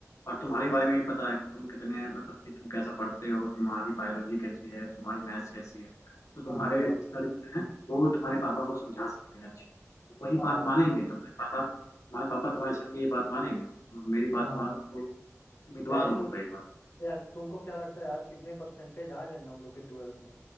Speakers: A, on the left (about 85°); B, on the left (about 50°).
A: और तुम्हारे बारे में भी पता है कि तुम कितने मतलब कि तुम कैसा पढ़ते हो तुम्हारी बायोलॉजी कैसी है तुम्हारी मैथ्स कैसी है तो
B: हाँ
A: तुम्हारे
B: हाँ
A: सर जो हैं वो तुम्हारे पापा को समझा सकते हैं अच्छे वो वही
B: हाँ
A: बात मानेंगे तो तुम्हारे पापा तुम्हारे पापा तुम्हारे सर की ये बात मानेंगे और मेरी बात
B: हाँ
A: मानो तो उम्मीदवार
B: यार
A: हो
B: तु,
A: उनको एक बार
B: यार तुमको क्या लगता है यार कितने परसेंटेज आ जाएंगे हम लोग के ट्वेल्थ में